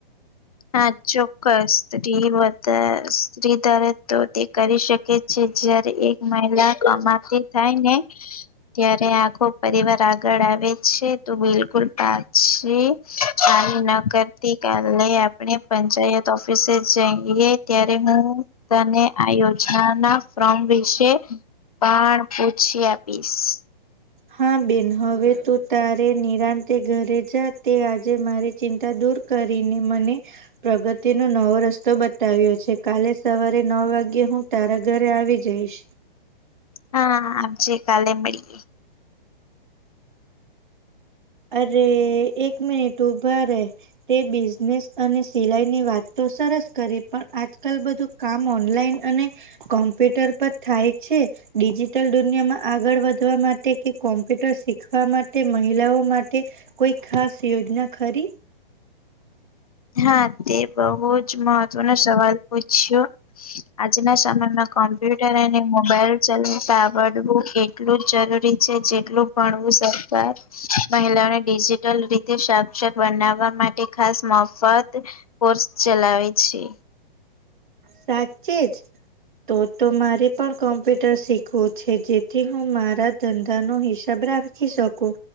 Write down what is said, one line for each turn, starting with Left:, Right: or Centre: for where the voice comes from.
Left: હા ચોક્કસ સ્ત્રી બા સ્ત્રી ધરે તો તે કરી શકે છે જયારે એક મહિલા કમાથી થાય ને ત્યારે આખો પરિવાર આગળ આવે છે તો બિલકુલ પાચ છે ચાલુ ના કરતી કાલે આપણે પંચાયત ઓફિસે જઈએ ત્યારે હું તને આ યોજનાના ફ્રમ વિશે પણ પૂછી આપીશ
Right: હા બેન હવે તું તારે નિરાંતે ઘરે જા તે આજે મારી ચિંતા દૂર કરીને મને પ્રગતિનોો નવો રસ્તો બતાવ્યો છે કાલે સવારે નવ વાગ્યે હું તારા ઘરે આવી જઈશ
Left: હા આજે કાલે મળી ગઈ
Right: અરે એક મનિટ ઉભા રે તે બિઝનેસ અને સિલાઈની વાત તો સરસ કરી પણ આજકાલ બધું કામ ઓનલાઈન અને કોમ્પ્યુટર પર થાય છે. ડિજિટલ દુનિયામાં આગળ વધવા માટે કે કોમ્પ્યુટર શીખવા માટે મહિલાઓ માટે કોઈ ખાસ યોજના ખરી
Left: હા તે બહુ જ મહત્વનોો સવાલ પૂછ્યો આજના સમયમાં કોમ્પ્યુટર અને મોબાઈલવ ચલાવતા આવડવું કે એટલું જરૂરી છે જેટલું ભણવું સરકાર મહિલાઓને ડિજિટલ રીતે સાક્ષર બનાવવા માટે ખાસ મો ફત કોર્સ ચલાવે છે
Right: સાચે જ તો તો મારે પણ કોમ્પ્યુટર શીખવું છે જેથી હું મારા ધંધા નો હિસાબ રાખી શકું